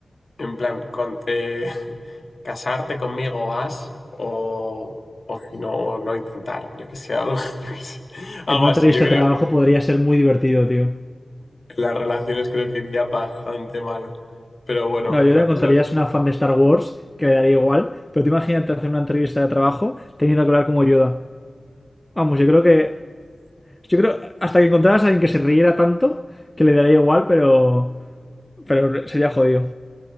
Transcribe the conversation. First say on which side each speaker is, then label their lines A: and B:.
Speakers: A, on the left; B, on the left.
A: En plan, con, eh, <laughs> casarte conmigo vas o, o si no, no intentar, yo que sé, algo, <laughs> yo que sé, algo
B: En una
A: así.
B: entrevista
A: Yo creo
B: de trabajo
A: que
B: podría ser muy divertido, tío.
A: las relaciones creo que iría bastante mal. Pero bueno,
B: No, yo
A: gracias
B: le contarías
A: a...
B: una fan de Star Wars que le daría igual, pero tú imagínate hacer una entrevista de trabajo teniendo que hablar como Yoda. Vamos, yo creo que. Yo creo hasta que encontraras a alguien que se riera tanto que le daría igual, pero Pero sería jodido.